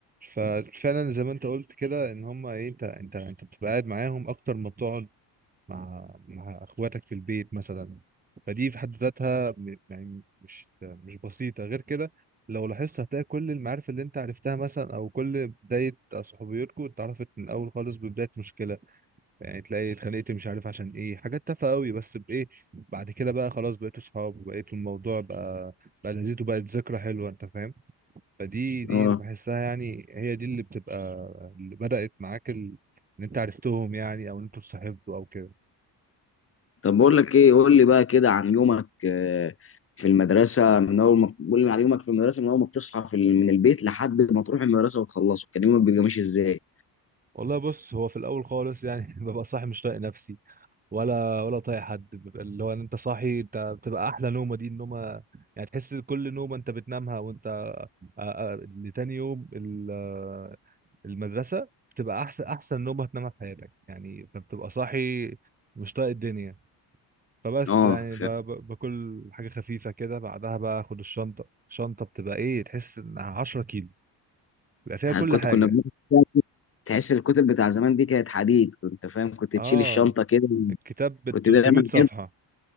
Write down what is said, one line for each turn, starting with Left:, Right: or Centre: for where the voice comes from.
Right: ففعلا زي ما انت قلت كده ان هم ايه انت انت انت بتبقى قاعد معاهم اكتر ما بتقعد مع مع اخواتك في البيت مثلا فدي في حد ذاتها م- يعني مش مش بسيطة غير كده لو لاحظت هتلاقي كل المعارف اللي انت عرفتها مثلا او كل بداية صحوبيتكم اتعرفت من الاول خالص ببداية مشكلة يعني تلاقي اتخانقت مش عارف عشان ايه حاجات تافهة قوي بس بايه بعد كده بقى خلاص بقيتوا صحاب وبقيت الموضوع بقى بقى لذيذ وبقت ذكرى حلوة انت فاهم فدي دي
Left: اه
Right: اللي بحسها يعني هي دي اللي بتبقى اللي بدأت معاك ال... ان انت عرفتهم يعني او ان انتوا اتصاحبتوا او كده
Left: طب بقول لك ايه قول لي بقى كده عن يومك آه، في المدرسة من اول ما قول لي عن يومك في المدرسة من اول ما بتصحى في ال- من البيت لحد ما تروح المدرسة وتخلصه كان يومك بيبقى ماشي ازاي؟
Right: والله بص هو في الاول خالص يعني <laughs> ببقى صاحي مش طايق نفسي ولا ولا طايق حد ببقى اللي هو إن انت صاحي انت بتبقى احلى نومه دي النومه يعني تحس كل نومه انت بتنامها وانت آه، آه، لتاني يوم ال- آه، المدرسه بتبقى احسن احسن نومه هتنامها في حياتك يعني فبتبقى صاحي مش طايق الدنيا فبس
Left: اه
Right: يعني ب- ب- باكل حاجه خفيفه كده بعدها بقى اخد الشنطه الشنطه بتبقى ايه تحس انها 10 كيلو بيبقى فيها كل
Left: كنت
Right: حاجه
Left: كنا بناخد- تحس الكتب بتاع زمان دي كانت حديد كنت فاهم كنت
Right: اه
Left: تشيل الشنطه كده
Right: الكتاب ب
Left: كنت
Right: 300
Left: دايما
Right: صفحه
Left: احب